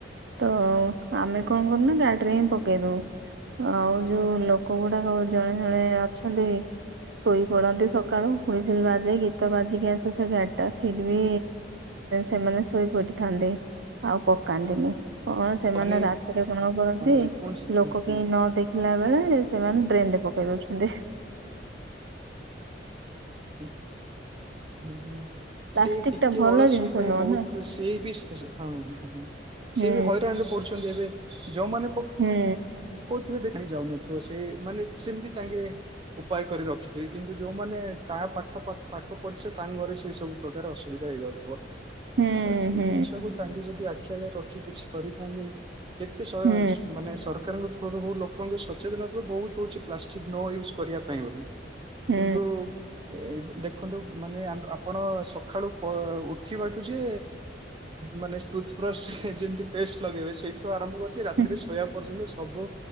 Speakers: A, on the right; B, on the right.
A: ତ ଆମେ କଣ କରୁନା ଗାଡିରେ ହିଁ ପକେଇ ଦଉ। ଆଉ ଯୋଉ ଲୋକ ଗୁଡାକ ଜଣେ ଜଣେ ଅଛନ୍ତି ଶୋଇ ପଡନ୍ତି ସକାଳୁ, ହୁଇସିଲ ବାଜେ, ଗୀତ ବାଜିକି ଆସେ ସେ ଗାଡିଟା ଫିର ବି ସେମାନେ ଶୋଇପଡିଥାନ୍ତି ଆଉ ପକାନ୍ତିନି। କଣ ସେମାନେ
B: ମାନେ
A: ରାତିରେ କଣ କରନ୍ତି,
B: ଯେକୌଣସି
A: ଲୋକ
B: ହଁ ହଁ।
A: କେହି ନ ଦେଖି ଥିଲା ବେଳେ ସେମାନେ ଡ୍ରେନରେ ପକେଇ ଦଉଛନ୍ତି।
B: ହୁଁ ହୁଁ।
A: ପ୍ଲାଷ୍ଟିକ
B: ସେଇ ଟିକେ
A: ଟା ଭଲ
B: ଅଳସୁଆମି
A: ଜିନିଷ
B: ପାଇଁ
A: ନୁହଁ
B: ବହୁତ
A: ନା
B: ସିଏ ବି ହଁ। ସିଏ
A: ହୁଁ
B: ବି ହଇରାଣରେ ପଡୁଛନ୍ତି ଏବେ ଯୋଉମାନେ ପକ
A: ହୁଁ
B: ପକଉ ଥିବେ ଦେଖା ହିଁ ଯାଉନଥିବ ସେ ମାନେ ସେମିତି ତାଙ୍ଗେ ଉପାୟ କରି ରଖିଥିବି କିନ୍ତୁ ଯୋଉମାନେ ତା ପାଖ ପାଖ ପାଖକୁ ପଡ଼ିଶା ତାଙ୍କ ଘରେ ସେଇ ସବୁ ପ୍ରକାର ଅସୁବିଧା ହେଇଯାଉଥିବ।
A: ହୁଁ
B: ସେଇ
A: ହୁଁ
B: ଜିନିଷକୁ ତାଙ୍କେ ଯଦି ଆଖି ଆଖି ଆଗରେ ରଖି କିଛି କରିଥାନ୍ତେ କେତେ ସ
A: ହୁଁ
B: ଏ ମାନେ ସରକାରଙ୍କ ଥ୍ରୁ ରୁ ହଉ ଲୋକଙ୍କ ସଚେତନତା ତ ବହୁତ ହଉଛି ପ୍ଲାଷ୍ଟିକ୍ ନ ୟୁଜ୍ କରିବା ପାଇଁ ବୋଲି।
A: ହୁଁ ହୁଁ,
B: କିନ୍ତୁ ଏବ୍ ଦେଖନ୍ତୁ ମାନେ ଆମେ ଆପଣ ସଖାଳୁ ଉଠିବାଠୁ ଯେ ମାନେ ଟୁଥ ବ୍ରଷ୍ଟ ଯେମିତି ପେଷ୍ଟ ଲଗେଇବେ ସେଇ ଠୁ ଆରମ୍ଭ କରୁଛି ରାତିରେ
A: ହୁଁ,
B: ଶୋଇବା ପର୍ଯ୍ୟନ୍ତ ସବୁ